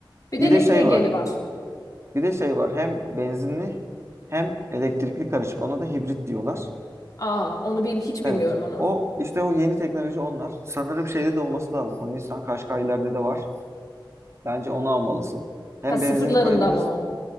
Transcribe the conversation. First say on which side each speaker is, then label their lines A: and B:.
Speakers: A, on the left (about 40°); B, on the right (about 35°).
A: bir
B: bir
A: de
B: de
A: LPG'li
B: şey var.
A: var.
B: Bir de şey var. Hem benzinli hem elektrikli karışık. Ona da hibrit diyorlar.
A: Aa onu bil, hiç
B: Evet.
A: bilmiyorum onu.
B: O işte o yeni teknoloji onlar. Sanırım şeyde de olması lazım. O Nissan Qashqai'lerde de var. Bence onu almalısın. Hem
A: Ha sıfırlarında
B: benzin Vallahi. koyabilirsin.
A: mı o?